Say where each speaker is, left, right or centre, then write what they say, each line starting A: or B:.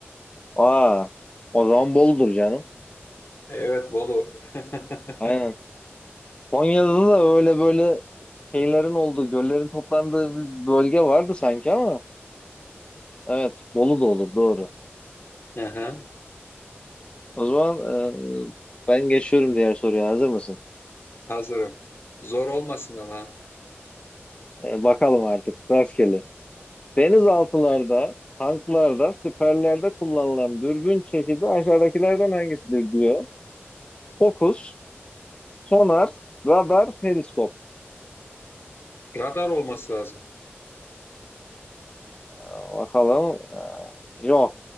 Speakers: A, on the left; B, on the left.
A: Aa, o zaman Bolu'dur canım.
B: Evet Bolu. <laughs>
A: Aynen. Konya'da da öyle böyle şeylerin olduğu, göllerin toplandığı bir bölge vardı sanki ama evet Bolu da olur doğru.
B: Aha,
A: O zaman e, ben geçiyorum diğer soruya hazır mısın?
B: hazırım. Zor olmasın ama.
A: E, bakalım artık rastgele. Denizaltılarda, tanklarda, siperlerde kullanılan dürbün çeşidi aşağıdakilerden hangisidir diyor. Fokus, sonar, radar, periskop.
B: Radar olması lazım.
A: Aa, bakalım. Aa, yok,